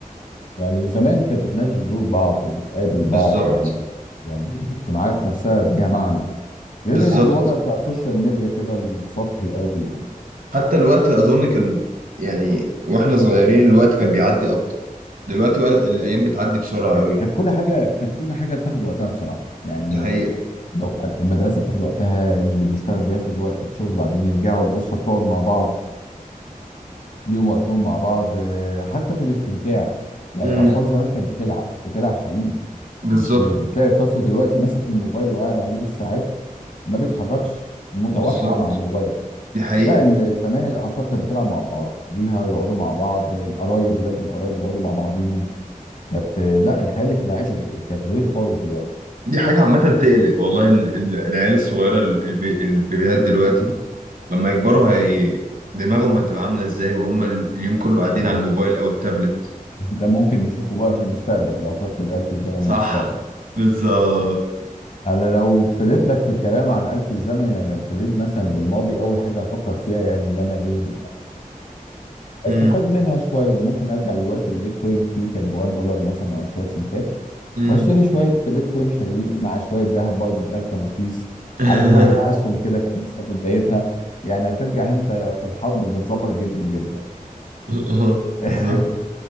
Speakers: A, on the left (about 60°); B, on the right (about 70°).
A: يعني زمان كانت الناس بتزور بعض بتقابل بعض
B: بالظبط
A: يعني يعني الاجتماعات نفسها ليها معنى غير
B: بالظبط
A: الوضع بتاع السوشيال ميديا كده السطحي قوي يعني
B: حتى الوقت اظن كان يعني واحنا صغيرين الوقت كان بيعدي ابطأ دلوقتي وق- الايام بتعدي بسرعه
A: كانت
B: قوي
A: كل حاجة كانت كل حاجة بتاخد وقتها بصراحة يعني
B: دي حقيقه
A: لو المدرسة بتاخد وقتها اللي بيشتغل بياخد وقته في الشغل وبعدين يرجعوا الأسرة بتقعد مع بعض ليهم وقتهم مع بعض آه، حتى في الاستمتاع يعني
B: امم
A: الاطفال زمان كانت بتلعب بتلعب حقيقي
B: بالظبط
A: مش م- بتلاقي الطفل دلوقتي ماسك الموبايل وقاعد عليه بالساعات ما بيتحركش متوحد
B: بالظبط
A: مع الموبايل
B: دي حقيقة
A: لا ال- زمان الاطفال كانت بتلعب مع بعضيها يقعدوا مع بعض القرايب ولاد القرايب يقعدوا مع بعضيهم كانت آه، لا الحياه الاجتماعيه كانت كانت غير خالص دلوقتي
B: دي حاجة عامة تقلق والله ال- ال- العيال الصغيرة ال- الب- البيبيهات دلوقتي لما يكبروا هي دماغهم هتبقى عاملة ازاي وهم ال- اليوم كله قاعدين
A: ده
B: على الموبايل أو التابلت
A: <laughs> ده ممكن نشوفه بقى في المستقبل لو خدت الآلة الزمن
B: صح
A: للمستقبل
B: بالظبط
A: انا لو ابتديت لك في الكلام عن آلة الزمن يعني لو ابتديت مثلا بالماضي اول حاجة هفكر فيها يعني ان انا ايه استفاد
B: امم
A: منها شوية ممكن ارجع للوقت البيتكوين فيه كانت ب 1 دولار مثلا او شوية سنتات
B: امم
A: واشتري شوية بيتكوين حلوين مع شوية ذهب برضو الذهب كان رخيص
B: <laughs>
A: على شوية اسهم كده كانت لسه في بدايتها يعني هترجع انت في الحاضر متظبط جدا جدا
B: آه، بالظبط
A: <laughs>